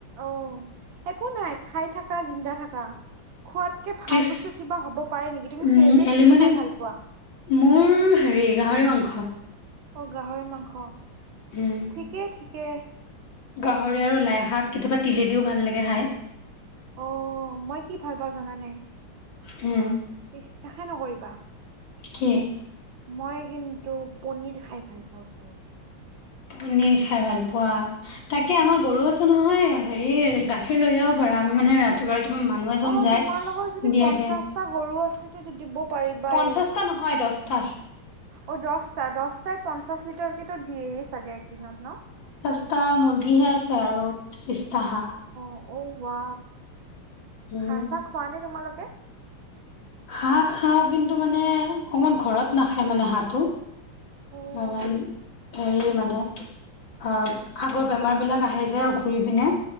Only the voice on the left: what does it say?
ত্ৰিশ
উম,
এলিমনি
মোৰ হেৰি গাহৰি মাংস।
উম।
গাহৰি আৰু লাই শাক কেতিয়াবা তিলে দিও ভাল লাগে খাই।
উম,
কি?
পনিৰ খাই ভাল পোৱা
তাকে আমাৰ গৰু আছে নহয়। হেৰি গাখীৰ লৈ যাও পাৰো আমি মানে ৰাতিপুৱা ৰাতিপুৱা মানুহ এজন
যায়।
দিয়াকে
পঞ্চাশটা নহয়, দছটা।
এটা মুৰ্গীহে আছে, আৰু ত্ৰ্ৰিছটা হাঁহ।
উম
হাঁহ, খাও কিন্তু মানে অকমান ঘৰত নাখায় মানে হাঁহটো।
আ, হেৰি মানে। অ, আগৰ বেমাৰ বিলাক আহে যে ঘূৰি পিনে।